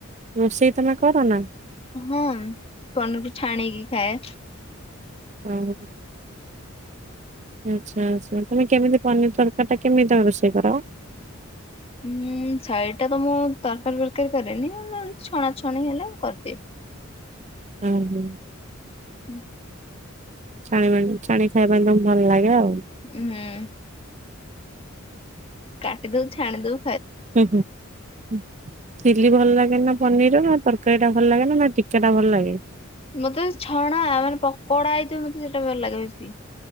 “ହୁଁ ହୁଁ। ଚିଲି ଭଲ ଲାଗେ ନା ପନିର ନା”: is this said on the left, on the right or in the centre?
Right